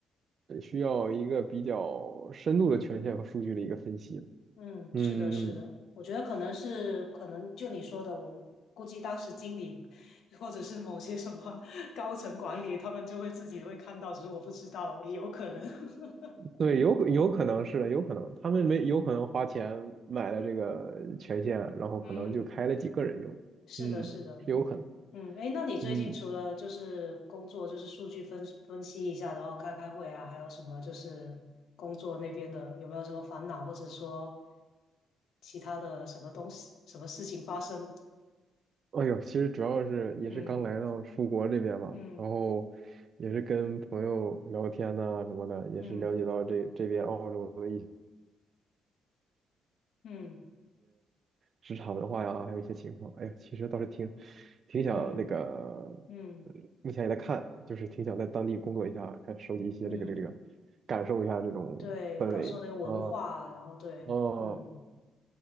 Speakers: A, on the right; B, on the left.
A: 需要一个比较深度的权限和数据的一个分析。
B: 嗯，
A: 嗯嗯嗯，
B: 是的，是的，我觉得可能是可能就你说的，我估计当时经理或者是某些什么 <laughs> 高层管理，他们就会自己会看到，只是我不知道，也有可能。<laughs>
A: 对，有可有可能是的，有可能他们没有可能花钱买了这个权限，
B: 嗯
A: 然后可能就开了几个人用。
B: 嗯，是的，
A: 嗯，
B: 是的，
A: 是有可能。
B: 嗯嗯，哎，那你最近除了就是工作，
A: 嗯，
B: 就是数据分分析一下，然后开开会啊，还有什么就是工作那边的有没有什么烦恼，或者说其他的什么东西、什么事情发生？
A: 哎呦，其实主要是也是刚来到出国这边嘛，
B: 嗯嗯
A: 然后也是跟朋友聊天呐、什么的，也是了解到这这边澳洲的一些。
B: 嗯嗯。
A: 职场文化呀，还有一些情况。哎呀，其实倒是挺挺想那个，
B: 嗯嗯
A: 呃目前也在看，就是挺想在当地工作一下，看收集一些这个这个这个，
B: 嗯，
A: 感受一下这种氛围。
B: 对，感受那个文化，
A: 啊
B: 然后对，
A: 啊
B: 嗯，